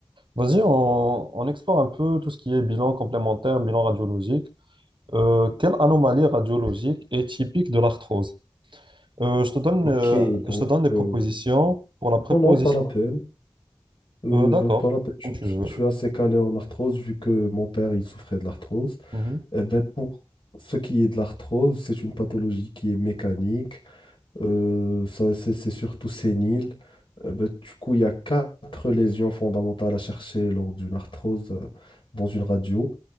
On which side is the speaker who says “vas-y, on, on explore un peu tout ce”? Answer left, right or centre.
Right